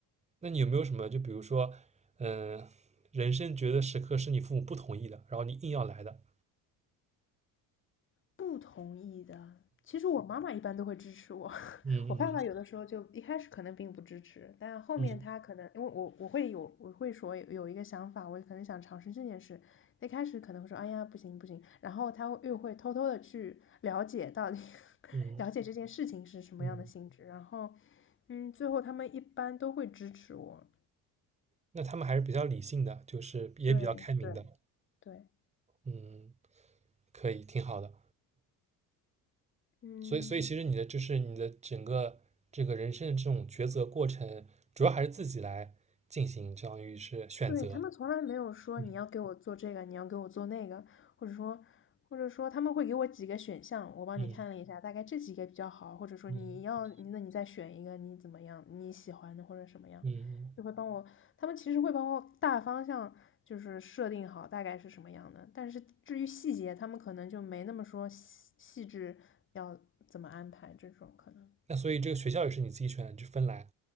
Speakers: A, on the right; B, on the left.
A: 那你有没有什么，就比如说，嗯、人生觉得时刻是你父母不同意的，然后你硬要来的？
B: 不同意的，其实我妈妈一般都会支持我。
A: 嗯嗯
B: 我爸爸有的时候就一开始可能并不支持，但后面他可能因为我我会有我会说有一个想法，
A: 嗯嗯
B: 我可能想尝试这件事。一开始可能会说哎呀不行不行，然后他又会偷偷的去了解到底 <laughs>
A: 嗯嗯。嗯
B: 了解这件事情是什么样的性质，
A: 嗯
B: 然后嗯最后他们一般都会支持我。
A: 那他们还是比较理性的，就是也比较开明的。
B: 对对对，
A: 嗯，可以，挺好的。
B: 嗯。
A: 所以，所以其实你的就是你的整个这个人生的这种抉择过程，主要还是自己来进行，相当于是选择。
B: 对，他们从来没有说你要给我做这个，
A: 嗯
B: 你要给我做那个，或者说，或者说他们会给我几个选项，我帮你看了一下，
A: 嗯
B: 大概这几个比较好，或者说你要，
A: 嗯
B: 那你再选一个，你怎么样，你喜欢的或者什么样，
A: 嗯。
B: 就会帮我，他们其实会帮我大方向就是设定好大概是什么样的，但是至于细节，他们可能就没那么说细细致要怎么安排这种可能。
A: 那所以这个学校也是你自己选的，就芬兰。